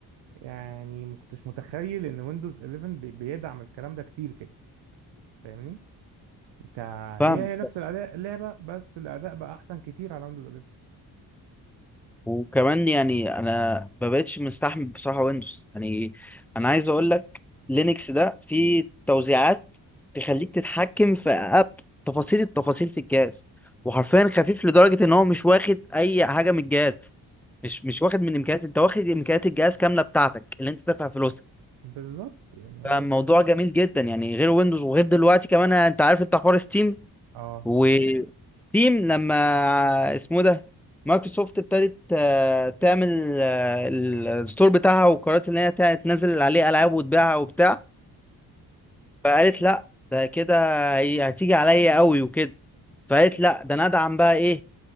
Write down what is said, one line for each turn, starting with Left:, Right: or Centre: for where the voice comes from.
Right: يعني ما كنتش متخيل ان ويندوز 11 بي- بيدعم الكلام ده كتير كده فاهمني فهي
Centre: فاهم
Right: هي نفس الاداء اللعبه بس الاداء بقى احسن كتير على ويندوز 11
Centre: وكمان يعني انا ما بقتش مستحمل بصراحه ويندوز يعني انا عايز اقول لك لينكس ده فيه توزيعات تخليك تتحكم في أب تفاصيل التفاصيل في الجهاز وحرفيا خفيف لدرجه ان هو مش واخد اي حاجه من الجهاز مش مش واخد من امكانيات انت واخد امكانيات الجهاز كامله بتاعتك اللي انت دافع فلوسها
Right: بالظبط يعني هو
Centre: فالموضوع جميل جدا يعني غير ويندوز وغير دلوقتي كمان انت عارف انت حوار ستيم
Right: اه
Centre: وستيم لما اسمه ده مايكروسوفت ابتدت آه، تعمل آه، الستور بتاعها وقررت ان هي تع- تنزل عليه العاب وتبيعها وبتاع فقالت لا ده كده هي- هتيجي عليا قوي وكده فقالت لا ده انا ادعم بقى ايه